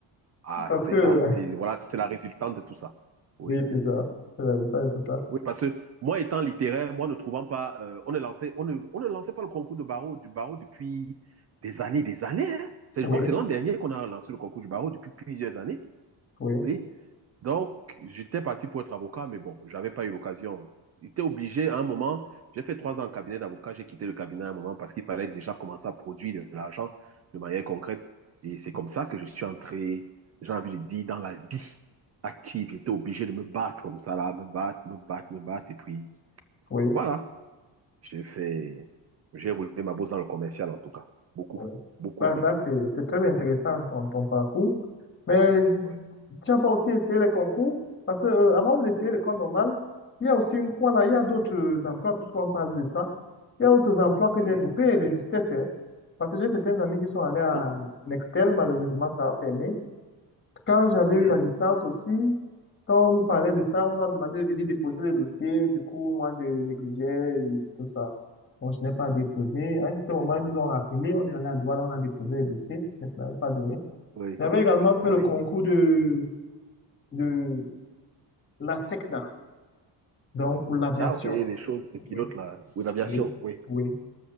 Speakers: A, on the right (about 35°); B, on the left (about 25°).
A: Ah,
B: Parce
A: c'est
B: que,
A: ça. C'est voilà, c'est la résultante de tout ça.
B: <laughs>
A: Oui.
B: oui, c'est ça. C'est la vérité de tout ça.
A: Oui, parce que moi étant littéraire, moi ne trouvant pas, euh, on ne lançait, on ne, on ne lançait pas le concours de barreau, du barreau depuis des années, des années. hein. C'est,
B: Oui,
A: je crois que c'est l'an dernier qu'on a lancé le concours du barreau depuis plusieurs années.
B: oui,
A: Oui. Donc, j'étais parti pour être avocat, mais bon, j'avais pas eu l'occasion. J'étais obligé à un moment, j'ai fait trois ans en cabinet d'avocat, j'ai quitté le cabinet à un moment parce qu'il fallait déjà commencer à produire de l'argent de manière concrète. Et c'est comme ça que je suis entré, j'ai envie de dire, dans la vie active. J'étais obligé de me battre comme ça, là, me battre, me battre, me battre. Et puis,
B: oui.
A: voilà, j'ai fait, j'ai roulé ma bosse dans le commercial en tout cas. Beaucoup,
B: Ouais.
A: beaucoup
B: Là,
A: même.
B: là, c'est, c'est très intéressant ton, ton parcours. Mais
A: Oui,
B: tu n'as pas aussi essayé les concours? Parce que, euh, avant d'essayer l'école normale, il y a aussi une fois là, il y a d'autres emplois, puisqu'on parle de ça. Il y a d'autres emplois que
A: oui.
B: j'ai loupés de justesse, hein. Parce que j'ai certains amis qui sont allés à
A: Ah Bon?
B: Nextel, malheureusement, ça a fermé. Quand j'avais
A: Oui,
B: eu la licence aussi, quand on nous parlait de ça, on m'a demandé de venir déposer le dossier. Du coup, moi, je négligeais et tout ça. Bon, je n'ai pas déposé. À un certain moment, ils nous ont rappelé. On est allé à Douala, on a déposé le dossier, mais ça n'avait pas donné.
A: oui,
B: J'avais également fait
A: oui.
B: le concours de, de la SECNA, donc pour l'aviation.
A: Ah, ok, les choses de pilote,
B: Oui,
A: là. Oui, l'aviation,
B: Oui,
A: oui.
B: oui.